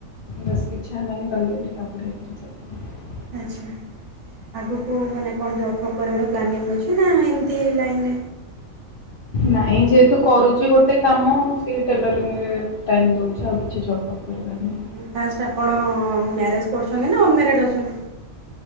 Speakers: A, on the left; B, on the right.
A: ବଶ୍ ଇଛା ହେଲାନି ରହିଗଲି ଆଉ ପଢ଼ିବା ପାଇଁ ଇଚ୍ଛା ହେଲାନି।
B: ଆଚ୍ଛା। ଆଗକୁ ମାନେ କଣ ଜବ୍ ଫବ୍ କରିବାକୁ ପ୍ଲାନିଂ ଅଛି ନା ଏମତି ଲାଇନ୍ ରେ
A: ନାଁ ଇ । ଯେହେତୁ କରୁଚି ଗୋଟେ କାମ ସେ ଟେଲରିଂରେ ଟାଇମ୍ ଦେଉଛି ଆଉ କିଛି ଜବ୍ଅପ୍ କରିବାର ନାହିଁ।
B: ଫାଷ୍ଟ ଆପଣ ମ୍ୟାରେଜ୍ କରୁଛନ୍ତି ନା ଅନମ୍ୟାରେଡ ଅଛନ୍ତି?